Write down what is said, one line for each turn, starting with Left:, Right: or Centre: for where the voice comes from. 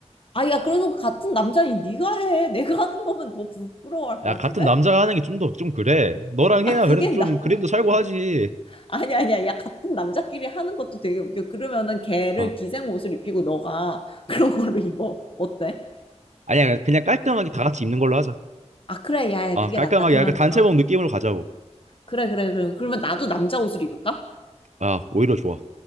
Left: 아, 야, 그래도 같은 남자니 네가 해. 내가 하는 거면 더 부끄러워할 것
Right: 야
Left: 같은데?
Right: 같은 남자가 하는 게 좀 더 좀 그래. 너랑
Left: 아,
Right: 해야
Left: 그게
Right: 그래도 좀
Left: 나.
Right: 그림도
Left: <laughs>
Right: 살고 하지.
Left: 아니 아니야. 야 같은 남자끼리 하는 것도 되게 웃겨. 그러면은 걔를
Right: 아
Left: 기생 옷을 입히고 너가 <laughs> 그런 걸로 입어. 어때?
Right: 아니야 그냥 깔끔하게 다
Left: 어.
Right: 같이 입는 걸로 하자.
Left: 아 그래 야,
Right: 아
Left: 야 그게
Right: 깔끔하게
Left: 낫다. 그러면
Right: 약간 단체복
Left: 어
Right: 느낌으로 가자고.
Left: 그래 그래 그럼 그러면 나도 남자 옷을 입을까?
Right: 아 오히려 좋아.